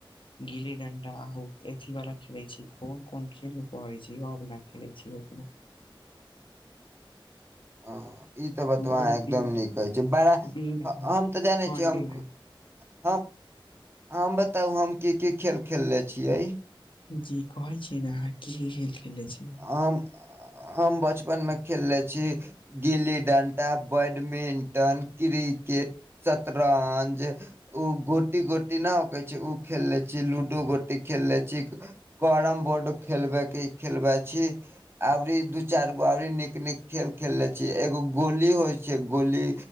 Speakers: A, on the left; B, on the right.
A: गिल्ली-डंडा आ ओ अथी वाला खेलै छी, कोन- कोन खेल कहै छै यौ। खेलै छियै ओ अपन।
B: हां इ तऽ बातबा
A: बड़
B: अहाँ एकदम
A: दिन
B: नीक कहै छि, बड़ा
A: दिन भर
B: हम तऽ जानै
A: ठंडी
B: छियै हम।
A: मे
B: हम, हम बताउ हम की-की खेल खेलले छियै।
A: जी कहै छीयै ने, अहाँ की-की खेल खेलने छीयै।
B: हम, हम बचपन में खेलले छी। गिल्ली-डंटा, बैडमिंटन, क्रिकेट, शतरंज। ओ गोटी-गोटी न हो कहै छै ओ खेलले छी, लूडो गोटी खेलले छी। करम बोर्ड खेलबे के, खेलबे छी। अबरी दू-चारि गो अबरी नीक-नीक खेल खेलले छि एगो गोली होइ छै गोली।